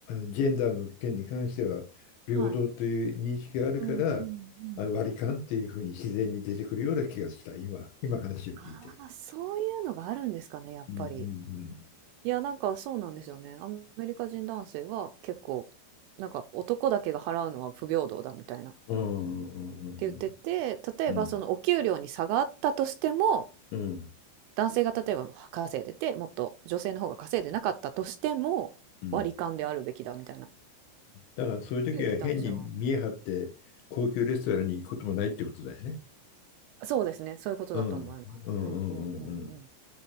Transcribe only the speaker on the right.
あ。はい。うんうんうん。ああ、そういうのがあるんですかね、やっぱり。
いや、なんかそうなんですよね。アメリカ人男性は結構、なんか男だけが払うのは不平等だみたいな
て言ってて、例えばそのお給料に差があったとしても、
男性が例えば稼いでて、もっと女性の方が稼いでなかったとしても、
割り勘であるべきだみたいな。って
言ってたんですよ。そうですね、そういうことだと思います。
うんうんうんうん。